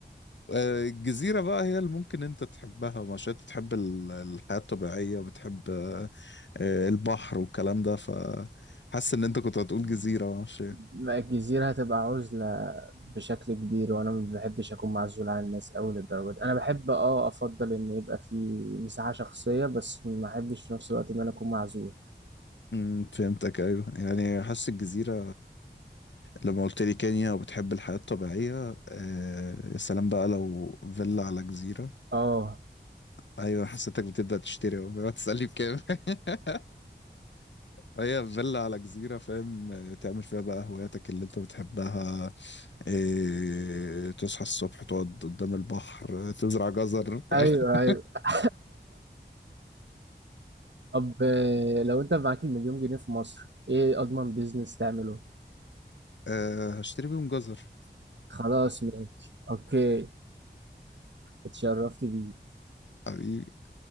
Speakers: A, on the left; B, on the right.
A: آه، الجزيره بقى هي اللي ممكن انت تحبها مش انت تحب ال- الحياه الطبيعيه وبتحب آه، آه، البحر والكلام ده ف حاسس ان انت كنت هتقول جزيره معرفش ايه
B: ما الجزيرة هتبقى عزلة بشكل كبير وانا ما بحبش اكون معزول عن الناس اوي للدرجة دي انا بحب اه افضل ان يبقى في مساحة شخصية بس ما احبش في نفس الوقت ان انا اكون معزول
A: أمم، فهمتك ايوه يعني حاسس الجزيره لما قلت لي كينيا وبتحب الحياة الطبيعية آه يا سلام بقى لو فيلا على جزيرة
B: اه
A: أيوة حسيتك بتبدأ تشتري <laughs> بقى تسألني بكام <laughs> هي فيلا على جزيرة فاهم آه، تعمل فيها بقى هواياتك اللي أنت بتحبها آه تصحى الصبح تقعد قدام البحر آه، تزرع جزر فاهم
B: ايوه
A: <laughs>
B: ايوه <laughs> طب آه، لو انت معاك المليون جنيه في مصر ايه اضمن بيزنس تعمله
A: آه هشتري بيهم جزر <laughs>
B: خلاص ماشي اوكي اتشرفت بيه
A: حبيبي